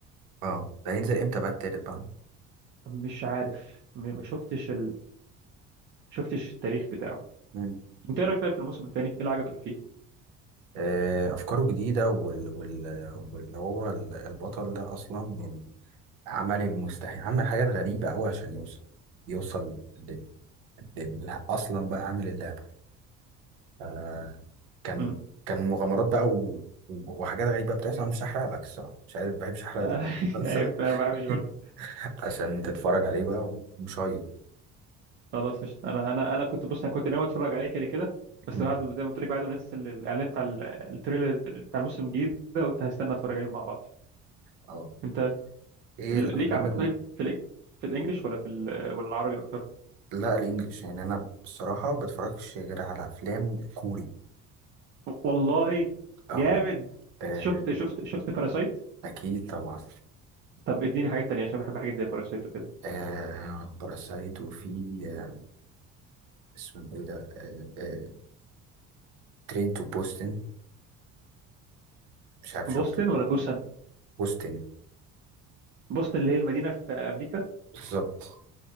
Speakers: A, on the right; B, on the right.
A: اه ده هينزل امتى بقى التالت بقى
B: مش عارف م- ما شفتش شفتش التاريخ بتاعه
A: مم.
B: انت ايه رايك طيب في الموسم الثاني ايه اللي عجبك فيه
A: آه، افكاره جديده وال... وال... واللي هو ال- البطل ده اصلا يعني عمل المستحيل عمل حاجات غريبه قوي عشان يوصل يوصل لل... لل... اصلا بقى عامل اللعبه ف- كان
B: امم
A: كان مغامرات بقى و... وحاجات غريبه بتحصل مش هحرق لك الصراحه مش عارف بحبش احرق
B: <laughs>
A: المسلسل
B: ايوه انا ما بحبش برضه
A: <laughs> عشان تتفرج عليه بقى وشايط
B: خلاص قشطة انا انا انا كنت بص انا كنت ناوي اتفرج عليه كده كده بس
A: مم.
B: بعد زي ما قلت لك بعد ما نزل الاعلان بتاع ال- التريلر بتاع الموسم الجديد ده قلت هستنى اتفرج عليهم مع بعض
A: اه
B: انت
A: ايه
B: ال-
A: الافلام
B: ليك عامه طيب في ال- في الانجليش ولا في ال- ولا العربي اكتر
A: لا الانجليش يعني انا بصراحه بتفرجش غير على افلام كوري
B: والله
A: اهو
B: جامد
A: آه،
B: شفت شفت شفت باراسايت
A: اكيد طبعا
B: طب اديني حاجات تانية عشان بحب حاجات زي باراسايت وكده
A: آه باراسايت وفي آه اسمه ايه ده آه آه ترين تو بوستن مش عارف
B: بوسطن
A: شفته
B: ولا بوسن
A: بوستن
B: بوسطن اللي هي المدينه في امريكا
A: بالظبط